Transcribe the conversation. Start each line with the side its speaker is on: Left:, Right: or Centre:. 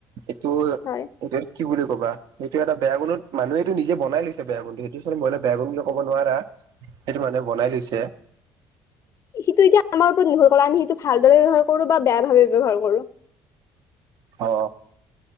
Right: এইটো
Left: হয়
Right: দেকিিব <unintelligible> কবা সেইটো এটা বেয়া গুণত মানুহে এইটো নিজে বনাই লৈছে বেয়া গুণটো সেইটো চালে বেয়া গুণ বুলি ক'ব নোৱাৰা, সেইটো মানুহে বনাই লৈছে।
Left: সিটো এতিয়া আমাৰ ওপৰত নোহৰ আমি সেইটো ভালদৰে ব্য্ৱহাৰ কৰো বা বেয়া ভাবেে ব্যৱহাৰ কৰো।
Right: অ,